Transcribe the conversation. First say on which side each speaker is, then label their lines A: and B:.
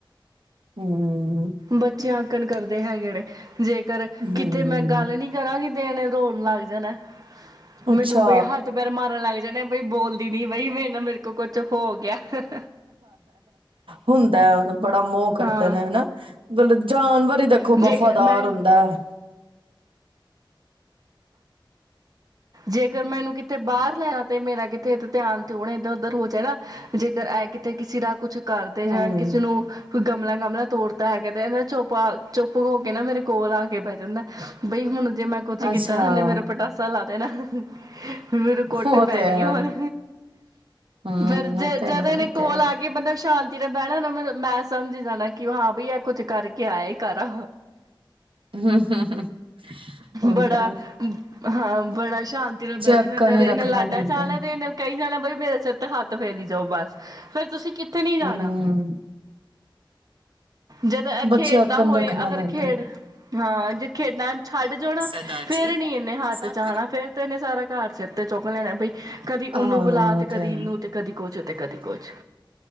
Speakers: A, on the right (about 80°); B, on the right (about 45°).
A: ਹਮੱਮ।
B: ਬਚਿਆ ਆਕਨ ਕਰਦੇ ਹੈਗੇ ਨੇ ਜੇ ਕਰ
A: ਹੂੰ,
B: ਕਿਤੇ ਮੈਂ ਗੱਲ ਨੀ ਕਰਾਂਗੀ ਤੇ ਏਨੇ ਰੋਨ ਲੱਗ ਜਾਨਾ।
A: ਅੱਛਾ
B: ਮੈਨੂੰ ਬਈ ਹੱਥ ਪੈਰ ਮਾਰਨ ਲੱਗ ਜੇਗਾਚਚਚ ਬਈ ਬੋਲਦੀ ਨੀ ਬਾਈ ਮੇਰੇ ਨਾਲ ਕੁਛ ਹੋ ਗਿਆ। ਹਾਂ
A: ਹੁੰਦਾ ਬੜਾ ਮੋਹ ਕਰਦੇ
B: ਹਾਂ
A: ਨੇ ਹਨਾ। <unintelligible> ਜਾਨਵਰ ਹੀ ਦੇਖੋ
B: ਜੇਕਰ
A: ਵਫ਼ਾਦਾਰ
B: ਮੈਂ
A: ਹੁੰਦਾ ਹੈ।
B: ਜੇਕਰ ਮੈਨੂੰ ਕਿ ਤੇ ਬਾਹਰ ਲੈਆ ਤੇ ਮੇਰਾ ਕਿਥੇ ਧਿਆਨ ਹੁਣ ਇੱਧਰ ਉੱਧਰ ਹੋ ਜੲ ਗਾ ਜੇਕਰ ਐ ਕਿਤੇ ਕਿਸੇ ਦਾ ਕੁਛ ਘਰਦੇ
A: ਹੂੰ,
B: ਜਾਂਨ ਕਿਸੇ ਨੂੰ ਕੋਈ ਗਮਲਾ-ਗਮਲਾ ਤੋੜਤਾ ਹੈਗਾ ਤੇ ਇਹ ਚੁੱਪ ਆ ਚੁੱਪ ਹੋ ਕੇ ਨਾ ਮੇਰੇ ਕੋਲ ਆਕੇ ਬਹਿ ਜਾਂਦਾ, ਬਈ ਹੁਣ ਜੇ ਮੈਂ ਕੁਛ ਕੀ
A: ਅੱਛਾ
B: ਹਨ ਇਨੇ ਮੇਰਾ ਪਟਾਸਾ ਲਾਦੇਨਾ ਹੈ। ਫਿਰ ਮਨੁ ਕੁੱਟ
A: ਉਹ
B: ਪੈਣੀ
A: ਤੇ ਹੈ
B: ਆ ਹੁਣ।
A: ਹੂੰ,
B: ਫੇਰ ਜਦੋਂ
A: ਉਹ ਤੇ ਹੈ
B: ਦੇ ਇਹਨੇ
A: ਉਹ ਤੇ
B: ਕੋਲ
A: ਹੈ
B: ਆ ਕੇ ਬੰਦਾ ਸ਼ਾਂ ਤੇਰੇ ਬਹਿਣਾ ਮੈਂ ਸਮਝ ਹੀ ਜਾਨਾ ਕਿ ਹਾਂ ਬਈ ਇਹ ਕੁੱਝ ਕਰਕੇ ਆਇਆ ਕਾਰਾ।
A: ਹਮ-ਹਮ-ਹਮ। ਉਹਦਾ।
B: ਬੜਾ ਹਾਂ, ਬੜਾ ਸ਼ਾਂਤੀ ਨਾਲ ਬੈਜਾਂਦਾ
A: ਅਕਣ
B: ਜਦ
A: ਹੀ
B: ਇਹਨੇ
A: ਰੱਖਣਾ
B: ਲਾਡਾ
A: ਪੈਂਦਾ
B: ਚ ਆਨੈ
A: ਹੈ।
B: ਤੇ ਇਹਨੇ ਕਈ ਜਾਨਾ ਬਈ ਮੇਰੇ ਸਿਰ ਤੇ ਹੱਥ ਫੇਰੀ ਜਾਓ ਬਸ। ਫੇਰ ਤੁਸੀ ਕਿੱਥੇ ਨੀ ਜਾਨਾ।
A: ਹੂੰ,
B: ਜਦ ਐ
A: ਬੱਚੇ
B: ਖੇਡਦਾ
A: ਅਕਣ
B: ਹੋਏ
A: ਰੱਖਣਾ
B: ਅਗਰ
A: ਪੈਂਦਾ।
B: ਖੇਡ
A: ਹੈ।
B: ਹਾਂ, ਜੈ <inaudible> ਖੇਡਨਾ ਛੱਡ ਜਾਓ ਨਾ
A: ਸਰਦਾਰ
B: ਫੇਰ
A: ਜੀ,
B: ਨਿ ਇਹਨੇ ਹੱਥ
A: ਵਟਸਐਪ
B: ਚ ਆਨਾ ਫੇਰ ਤੇ ਇਹਨੇ ਸਾਰਾ ਘਰ ਸਿਰ ਤੇ ਚੁੱਕ ਲੈਣਾ ਬਈ ਕਦੀ
A: ਹਾਂ
B: ਨੂੰ ਬੁਲਾ ਤੇ
A: ਉਹ
B: ਕਦੀ
A: ਹੈ
B: ਇਹਨੂੰ ਤੇ ਕਦੀ ਕੁਛ ਤੇ ਕਦੀ ਕੁਛ